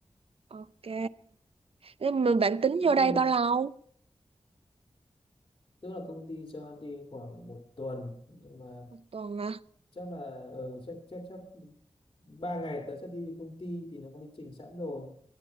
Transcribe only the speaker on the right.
Ok, nhưng mà bạn tính
vô đây
bao
lâu?
Một tuần à?